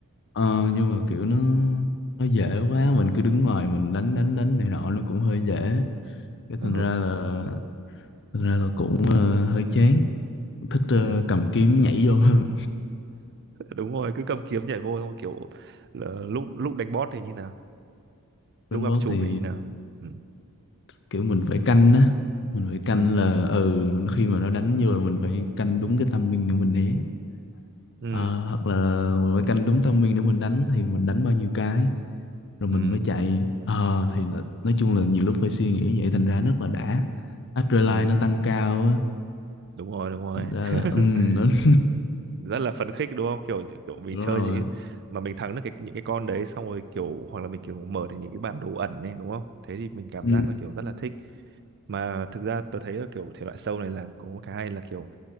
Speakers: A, on the left; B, on the right.
A: ờ, Nhưng mà kiểu nó Nó dễ quá Mình cứ đứng ngoài mình đánh đánh đánh này nọ Nó cũng hơi dễ Cái
B: ừ
A: thành ra là Thành ra là cũng ờ, hơi chán Thích ờ,
B: ừ
A: cầm kiếm nhảy vô hơn
B: đúng rồi cứ cầm kiếm nhảy vô xong kiểu là lúc lúc đánh boss thì như nào
A: Đánh
B: lúc gặp
A: boss
B: trùm
A: thì
B: thì như nào ừ
A: kiểu mình phải canh á mình phải canh
B: ừ
A: là ừ khi mà nó đánh vô là mình phải canh đúng cái timing để mình né
B: ừ
A: Ờ, hoặc là mình phải canh đúng timing để mình đánh thì mình đánh bao nhiêu cái rồi mình
B: ừ
A: mới chạy Ờ, thì nó- nói chung là nhiều lúc phải suy nghĩ vậy thành ra rất là đã adrenaline
B: ừ
A: nó tăng cao á
B: đúng rồi đúng rồi
A: thành ra
B: <laughs>
A: là ừ nó <laughs>
B: rất là phấn khích đúng không kiểu kiểu mình
A: đúng
B: chơi
A: rồi
B: những mà mình thắng được cái, những cái con đấy xong rồi kiểu hoặc là mình kiểu mở được những cái bản đồ ẩn này đúng không thế thì mình cảm
A: ừ,
B: giác là kiểu rất là thích mà thực ra tôi thấy là kiểu thể loại sâu này là có một cái hay là kiểu